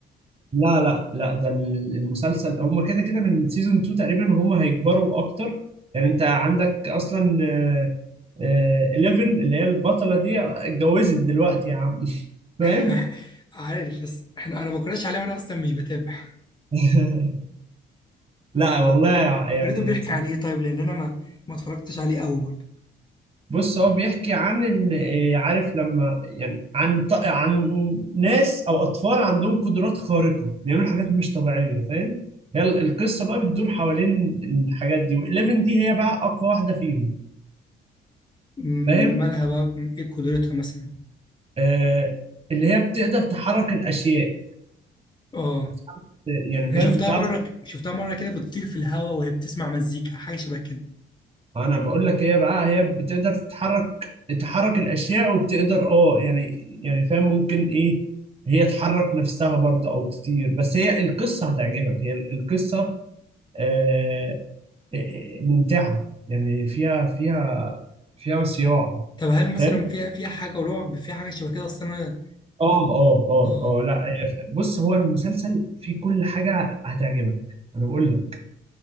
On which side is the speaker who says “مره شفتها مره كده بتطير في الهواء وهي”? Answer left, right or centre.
Left